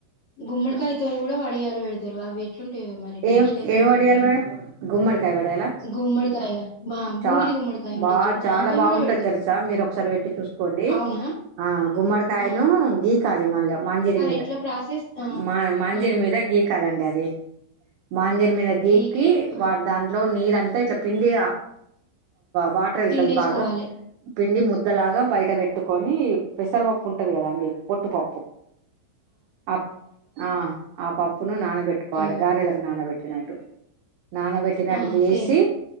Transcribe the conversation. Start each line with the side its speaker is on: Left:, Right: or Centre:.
Left: గుమ్మడికాయతోని కూడా వడియాయలు పెడతారు అవి వే టేస్ట్
Right: ఏం
Left: అయితే నేను
Right: ఏం వడియాలి
Left: చూడలేను
Right: మేడం? గుమ్మడికాయ వడియాలా?
Left: గుమ్మడికాయ
Right: చా
Left: బూ ఉమ్మడికాయ ఉంటే
Right: బా
Left: చుడు
Right: చాలా
Left: దాంతోని
Right: బావుంటది
Left: కూడా పెడతారు
Right: తెలుసా? మీరు ఒకసారి పెట్టి చూసుకోండి.
Left: అవునా
Right: ఆ గుమ్మడికాయను
Left: ఆ
Right: గీ కాలి మళ్ళ మంజరి
Left: అది
Right: మీద
Left: ఎట్లా ప్రాసెస్ ఆ
Right: మా మంజరి
Left: ఉమ్,
Right: మీద గీకాలండి అది మాంజరి మీద గీక్కి
Left: గీకి ఆ,
Right: వాటి దాంట్లో నీరుంతా చె పిండి వాటర్ అయితధి
Left: పిండేసుకోవాలి
Right: బాగా పిండి ముద్దలాగా బయట పెట్టుకొని పెసరపప్పు ఉంటది కద అండి పొట్టుపప్పు ఆ ఆ ఆ పప్పును నానబెట్టుకోవాలి
Left: ఆ,
Right: గారెలకు నానబెట్టినట్టు నానబెట్టినట్టు
Left: ఆ,
Right: చేసి
Left: సేమ్